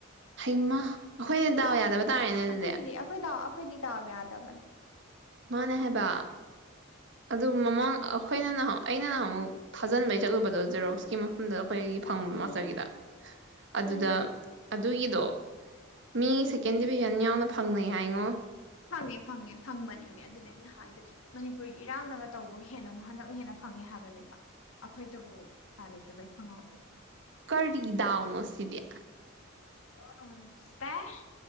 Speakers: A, on the right; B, on the left.
A: ꯍꯩꯃ ꯑꯩꯈꯣꯏꯅ ꯗꯥꯎ ꯌꯥꯗꯕ ꯇꯥꯔꯦꯅꯦ ꯑꯗꯨꯗꯤ
B: ꯑꯩꯈꯣꯏꯒꯤꯗꯤ ꯑꯩꯈꯣꯏꯗꯥꯎ ꯑꯩꯈꯣꯏꯗꯤ ꯗꯥꯎ ꯌꯥꯗꯕꯅꯤ
A: ꯃꯥꯅꯦ ꯍꯥꯏꯕ ꯑꯗꯨ ꯃꯃꯥꯡ ꯑꯩꯈꯣꯏꯅ ꯅꯍꯥ ꯑꯩꯅ ꯅꯍꯥꯃꯨꯛ ꯊꯥꯖꯤꯟꯕꯩ ꯆꯠꯂꯨꯕꯗꯣ ꯖꯦꯔꯣꯛꯁꯀꯤ
B: ꯎꯝ
A: ꯃꯐꯝꯗ ꯑꯩꯈꯣꯏ ꯐꯪ
B: ꯎꯝ
A: ꯃꯥꯁꯇꯔꯒꯤꯗ ꯑꯗꯨꯗ
B: ꯎꯝ
A: ꯑꯗꯨꯒꯤꯗꯣ ꯃꯤ
B: ꯎꯝ
A: ꯁꯦꯀꯦꯟ ꯗꯤꯚꯤꯖꯟ ꯌꯥꯎꯅ ꯐꯪꯅꯩ ꯍꯥꯏꯉꯣ
B: ꯐꯪꯉꯦ ꯐꯪꯉꯦ ꯐꯪꯕꯅꯦꯃꯤ ꯑꯗꯨꯅꯦ ꯑꯩꯅ ꯍꯥꯏꯗꯣ ꯃꯅꯤꯄꯨꯔꯒꯤ ꯏꯔꯥꯡꯅꯒ ꯇꯧꯕꯒꯤ ꯍꯦꯟꯅ ꯑꯃꯨꯛ ꯍꯟꯗꯛꯅ ꯍꯦꯟꯅ ꯐꯪꯉꯦ ꯍꯥꯏꯕꯅꯦꯕ ꯑꯩꯈꯣꯏꯗꯕꯨ ꯄꯥꯏꯂꯩ <unintelligible>
A: ꯀꯔꯤ ꯗꯥꯎꯅꯣ ꯁꯤꯗꯤ
B: <unintelligible> ꯎꯝ ꯏꯁꯄꯦꯁ